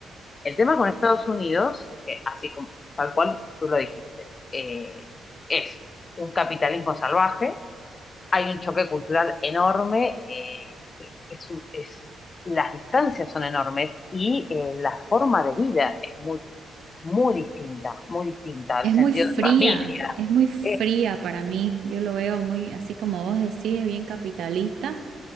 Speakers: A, on the left (about 35°); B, on the right (about 75°).
A: El tema con Estados Unidos es que, así como, tal cual tú lo dijiste, eh, es un capitalismo salvaje, hay un choque cultural enorme, eh, es, un- es- las distancias son enormes y eh, la forma de vida es muy, muy distinta, muy distinta el
B: Es
A: sentido
B: muy fría,
A: de familia.
B: es muy fría
A: Es,
B: para mí. Yo lo veo muy, así como vos decís, es bien capitalista.